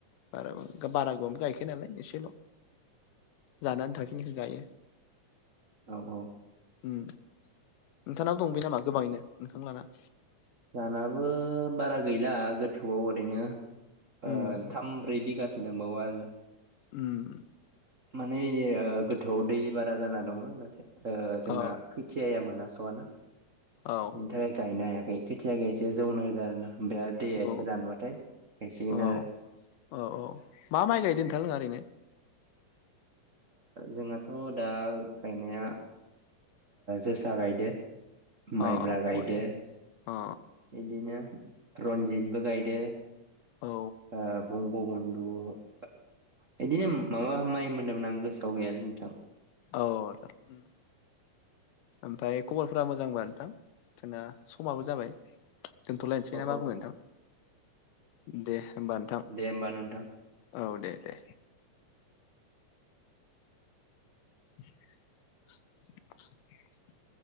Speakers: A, on the left (about 85°); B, on the right (about 60°).
A: बार बारा गोबांबो गायखाया नालाय एसेल'। जानो आनथाखिनिखौ गायो।
B: औ औ।
A: ओम नोंथानाबो दंबावो नामा गोबाङैनो नोंथां लाना?
B: जानाबो बारा गैला गोथौआव ओरैनो
A: उम
B: ओ थाम, ब्रै बिगासो एसे दांबावो आरो ना?
A: ओम।
B: माने इयो गोथौआव दै बारा जाना दङ नाथाय ओ जोंना
A: औ
B: <unintelligible> खोथियाया मोनास'वाना
A: औ
B: बिनि थाखाय गायनो हायाखै। खेथियाखौ एसे जौनो होदों आरोना ओमफ्राय आरो दैया
A: औ
B: एसे रानबाथाय गायसिगोन
A: औ
B: आरो।
A: औ औ मा माइ गायदों नोंथांमोना ओरैनो?
B: जोंहाथ' दा गायनाया जोसा गायदो। माइब्रा
A: अ
B: गायदो
A: बरिया अ।
B: बिदिनो रनजितबो गायदो
A: औ
B: ओ <unintelligible> गबन्दु बिदिनो माबा माइ होन्दों आं गोसोआव गैयालै नोंथां।
A: औ <unintelligible> ओमफ्राय खबरफोरा मोजांबा नोंथां जोंना समाबो जाबाय। दोनथ'लायनोसै
B: औ
A: ना मा
B: औ
A: बुङो नोंथां दे होमबा नोंथां
B: दे होमबा नोंथां।
A: औ दे दे। <unintelligible>